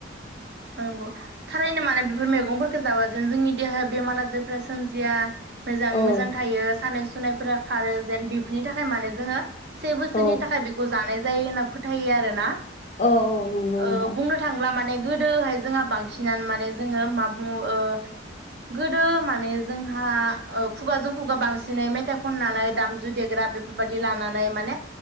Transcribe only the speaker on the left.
औ
औ
औ औ नोंगौ नोंथां